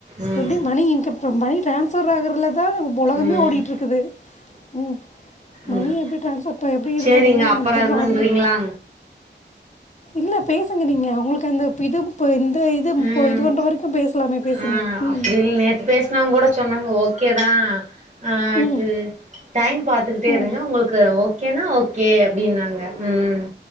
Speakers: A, on the right (about 40°); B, on the left (about 40°).
A: ம்
B: எப்டி மணி இன்கம் இப்ப மணி ட்ரான்ஸ்ஃபர் ஆகறல தா இப்போ ஒலகமே
A: ம்
B: ஓடிகிட்ருக்குது ம் மணி
A: ம்
B: எப்டி ட்ரான்ஸ்பர் எ எப்டி இது
A: சேரிங்க
B: பண்ணுவோ
A: அப்பறோ
B: அது பண்றோ
A: இது பண்றீங்களா
B: அது மாரி இல்ல பேசுங்க நீங்க உங்களுக்கு அந்த ப் இதுப் இப்போ இந்த இது இப்போ
A: ம்
B: இது பண்ணுற வரைக்கும் பேசலாமே பேசுங்க
A: ஆ
B: ம்
A: அப்டின்னு நேத்து பேசனவங்கூட சொன்னாங்க ஓக் கே தா ஆ அது
B: ம்
A: டைம் பாத்துக்கிட்டே
B: ம்
A: இருங்க உங்களுக்கு ஓ கேனா ஓகே அப்டின்னாங்க ம்